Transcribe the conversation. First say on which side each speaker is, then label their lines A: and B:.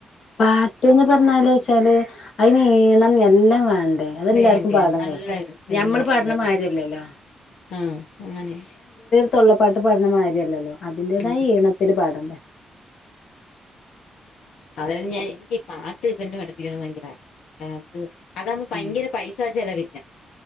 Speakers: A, on the left (about 60°); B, on the left (about 80°).
A: പാട്ട്ന്ന് പർഞ്ഞാല് വെച്ചാല് അയിനീണം എല്ലാം വാണ്ടേ? അതെല്ലാർക്കും
B: വേണ്ടേ
A: ബാധകാ
B: നല്ല
A: ഞമ്മള്
B: എല്ലാവർക്കും
A: പാട്ണമാര്യല്ലല്ലോ.
B: പറ്റത്തില്ല ആ അങ്ങനെ
A: തൊള്ളപ്പാട്ട് പാടണമാര്യല്ലല്ലോ അതിന്റേതായ
B: ഉം
A: ഈണത്തില് പാടണ്ടേ
B: അതായത് ഞാ എനിക്ക് പാട്ട് ഇവനെ പഠിപ്പിക്കണം ഭയങ്കര <unintelligible> അതാവുമ്പോ പയങ്കര
A: ഉം
B: പൈസാ ചെലവില്ല.